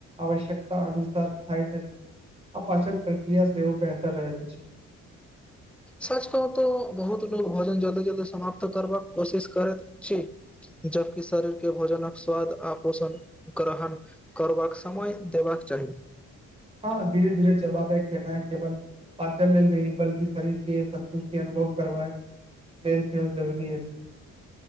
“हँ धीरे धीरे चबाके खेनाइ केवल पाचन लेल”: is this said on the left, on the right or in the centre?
Right